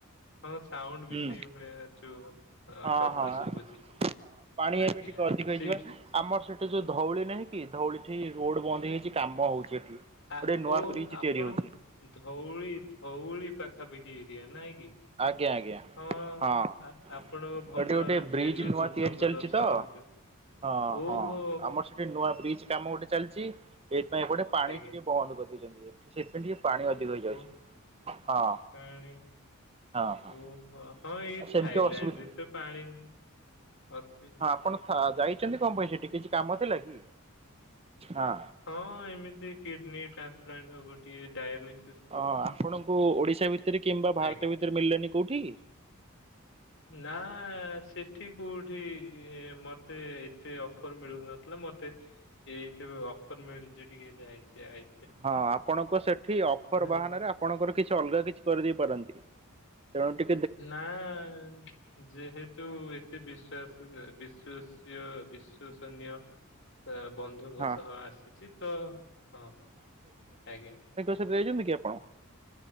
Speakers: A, on the left (about 60°); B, on the right (about 30°).
A: ହଁ ସାଉଣ୍ଡ ବି
B: ହୁଁ
A: ସେଇଭଳିଆ ଯୋଉ ଆ
B: ହଁ
A: ଶବ୍ଦ
B: ହଁ
A: ଶୁଭୁଛି।
B: ପାଣି
A: ଆଜ୍ଞା
B: ଏବେ ଟିକେ ଅଧିକ ହେଇଛି
A: ସେଇ
B: ବା। ଆମର ସେଠି ଯୋଉ ଧଉଳି ନାହିଁ କି ଧଉଳି ଠି ରୋଡ଼ ବନ୍ଦ ହେଇଯାଇଛି କାମ ହଉଛି ଏଠି। ଗୋଟେ
A: ଆ
B: ନୂଆ
A: ଓ
B: ବ୍ରିଜ
A: ଆପଣ
B: ତିଆରି ହଉଛି
A: ଧଉଳି ଧଉଳି ପାଖାପାଖି ଏରିଆ ନାଇଁ କି?
B: ଆଜ୍ଞା ଆଜ୍ଞା
A: ହଁ
B: ହଁ।
A: ଆ ଆପଣଙ୍କ ଭଲ
B: ଏଠି ଗୋଟେ
A: ଡ଼େଲି
B: ବ୍ରିଜ ନୂଆ
A: ବୁଦ୍ଧଙ୍କ
B: ତିଆରି ଚାଲିଛି
A: ଦର୍ଶନ
B: ତ
A: ହଉଥିବ।
B: ହଁ
A: ଓହୋ
B: ହଁ ଆମର ସେ ଠି ନୂଆ ବ୍ରିଜ କାମ ଗୋଟେ ଚାଲିଛି ଏଇଥି ପାଇଁ ଏପଟେ ପାଣି
A: ଆଜ୍ଞା
B: ଟିକେ ବନ୍ଦ କରିଦେଇଛନ୍ତି। ସେଇଥି ପାଇଁ ଟିକେ ପାଣି ଅଧିକ ହେଇଯାଉଛି
A: ଓ
B: ହଁ।
A: ପାଣି।
B: ହଁ ହଁ
A: ଓ ହଁ ଏଇ
B: ଆଉ ସେମିତି
A: ଥାଇଲାଣ୍ଡରେ
B: ଅସୁବିଧା
A: ତ ପାଣି ହସ୍
B: ହଁ ଆପଣ ଥ ଯାଇଛନ୍ତି କଣ ପାଇଁ ସେଠି କିଛି କାମ ଥିଲା କି ହଁ।
A: ହଁ ଏମିତି କିଡ୍ନୀ ଟ୍ରାନ୍ସପ୍ଲାଣ୍ଟ ହବ ଟିକେ ଡାଏଲିସି
B: ଅ ଆପଣଙ୍କୁ ଓଡ଼ିଶା ଭିତରେ କିମ୍ବା ଭାରତ
A: ଆଜ୍ଞା।
B: ଭିତରେ ମିଳିଲନି କୋଉଠି?
A: ନା ସେଠି କୋଉଠି ମତେ ଏତେ ଅଫର ମିଳୁନଥିଲା ମତେ। ଏଇଥି ଅଫର ମିଳିଛି ଟିକେ ଯାଇଛି ଆଇ
B: ହଁ ଆପଣଙ୍କ ସେଠି ଅଫର ବାହାନାରେ
A: ଜା-
B: ଆପଣଙ୍କର କିଛି ଅଲଗା କିଛି କରିଦେଇ ପାରନ୍ତି ତେଣୁ ଟି
A: ନାଁ। ଯେହେତୁ ଏତେ ବିଶ୍ଵାସ ବିଶ୍ଵସୀୟ ବିଶ୍ଵସନୀୟ ସ ବନ୍ଧୁଙ୍କ
B: ହଁ।
A: ସହ ଆସିଛି ତ ହଁ ଆଜ୍ଞା।
B: ବେ ଯାଇଛନ୍ତି କି ଆପଣ?